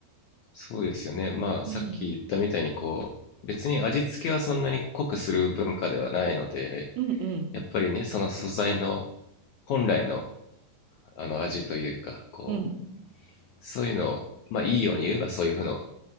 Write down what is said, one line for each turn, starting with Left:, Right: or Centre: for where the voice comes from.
Left: そうですよね。まあ、
Right: うん、
Left: さっき言ったみたいに、こう、別に味付けはそんなに濃くする文化ではないので、
Right: うんうん
Left: やっぱりね、その素材の本来の、あの味というか、こ
Right: うん、
Left: う、そういうのを、まあ、いいように言えばそういうふうの